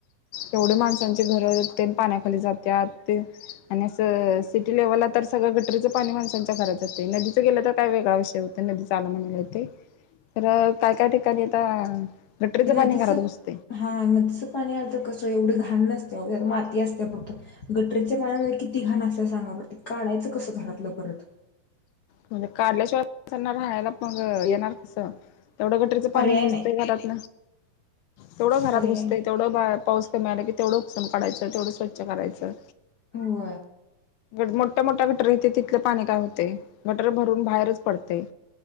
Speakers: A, on the left; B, on the left.
A: एवढे माणसांचे घरते पाण्याखाली जातात ते आणि असं सिटी लेव्हलला तर सगळं गटरीचं पाणी माणसांच्या घरात जातं नदीचं गेलं तर काय वेगळा विषय होत नदी आला म्हण ते तर काय काय ठिकाणी आता गटरीचं
B: नदीचं
A: पाणी घरात बसत
B: हा नदीचं पाणी आलं तर कसं एवढे घाण नसते आ माती असते फक्त गटररीच्या पाण्यामध्ये किती घाण असे सांगा पर ते काढायचं कसं घरातलं परत
A: म्हणजे काढल्याशिवाय राहायला मग येणार कसं तेवढं गटरीचं पाणी
B: पर्याय
A: घुसतेय
B: नाही
A: घरातन तेवढं घरात
B: पर्याय
A: घुसतंय
B: नाही
A: तेवढं पाऊस कमी आला की तेवढं पुसून काढायचं तेवढं स्वच्छ करायचं
B: हो
A: मोठ्या मोठ्या गटर येते तिथलं पाणी काय होते गटर भरून बाहेरच पडते.